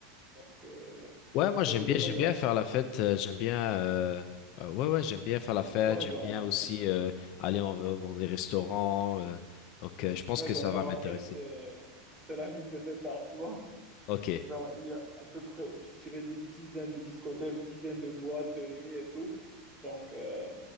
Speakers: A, on the right; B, on the left.
A: parce que
B: Ouais,
A: si
B: moi
A: c'est
B: j'aime
A: le
B: bien,
A: cas,
B: j'aime
A: il y
B: bien
A: a...
B: faire la fête, euh, j'aime bien, euh, euh, ouais ouais, j'aime bien faire la fête,
A: Ouais,
B: j'aime
A: ben,
B: bien aussi euh, aller en- dans des restaurants, euh, donc euh, je pense
A: ouais,
B: que
A: ben
B: ça
A: Marrakech,
B: va m'intéresser.
A: c'est, <laughs> c'est la ville des fêtards, tu vois.
B: Ok,
A: Genre, il y a à peu près, je dirais, des dizaines de discothèques, dizaines de boîtes de nuit et tout. Donc, euh,